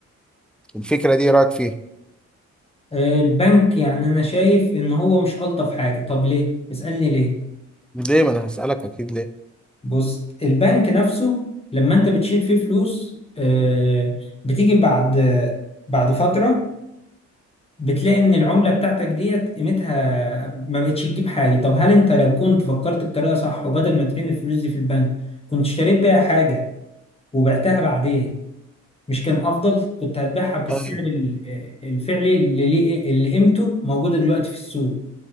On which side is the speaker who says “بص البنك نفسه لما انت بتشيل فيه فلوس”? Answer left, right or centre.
Left